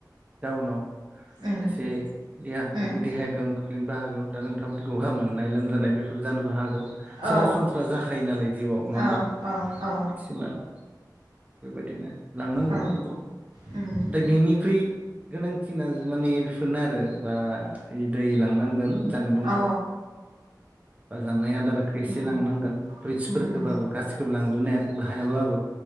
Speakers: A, on the right (about 20°); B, on the right (about 80°).
A: जाउनाव
B: उम
A: एसे देहाखौ
B: उम
A: देहाया गोहोम गोग्लैनोबो हागौ। दा नोंथां बादि गगा मोननाय लोमजानाय बेफोर जानोबो हागौ
B: उम
A: सरासनस्रा
B: औ
A: जाखायो नालाय जिउआव नङा होमबा?
B: औ औ
A: खिसुमान बेबायदिनो लांनांगौ
B: औ
A: नंगौ
B: उम
A: दा बेनिख्रुइ गोनांथिना जों माने बेफोरनो आरो बा दै लांनांगोन। जानबुं
B: औ।
A: बा जानाय आदारखौ एसे लांनांगोन
B: उम
A: फ्रुइटसफोरखौबाबो
B: उम
A: गासिखोबो लां रुनायासो हायाबाबो